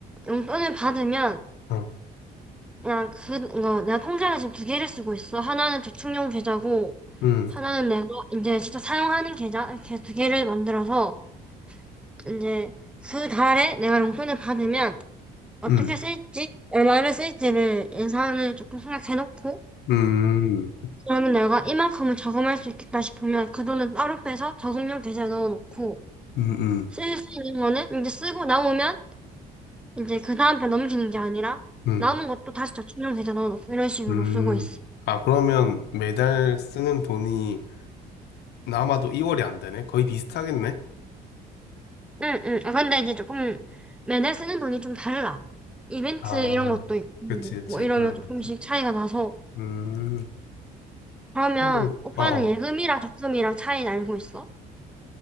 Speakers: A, in the centre; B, on the left.
A: 용돈을 받으면
B: 어,
A: 그냥 그, 거 내가 통장을 지금 두 개를 쓰고 있어. 하나는 저축용 계좌고
B: 음,
A: 하나는 내가 이제 진짜 사용하는 계좌 이렇게 두 개를 만들어서 이제 그 달에 내가 용돈을 받으면 어떻게
B: 음,
A: 쓸지, 얼마를 쓸지를 예산을 조금 생각해놓고,
B: 음,
A: 그러면 내가 이만큼은 저금할 수 있겠다 싶으면 그 돈은 따로 빼서 저금용 계좌에 넣어놓고,
B: 음, 음,
A: 쓸 수 있는 거는 이제 쓰고 남으면 이제 그 다음 편 넘기는 게 아니라,
B: 음,
A: 남은 것도 다시 저축용 계좌 넣어놓고 이런 식으로
B: 음.
A: 쓰고 있어.
B: 아, 그러면 매달 쓰는 돈이 남아도 이월이 안 되네? 거의 비슷하겠네?
A: 응, 응. 아, 근데 이제 조금 매달 쓰는 돈이 좀 달라. 이벤트
B: 아,
A: 이런
B: 그렇그
A: 것도 있고, 뭐 이러면
B: 그러면
A: 조금씩
B: 되지.
A: 차이가 나서,
B: 음,
A: 그러면
B: 그러면,
A: 오빠는
B: 어, 어.
A: 예금이랑 적금이랑 차이 알고 있어?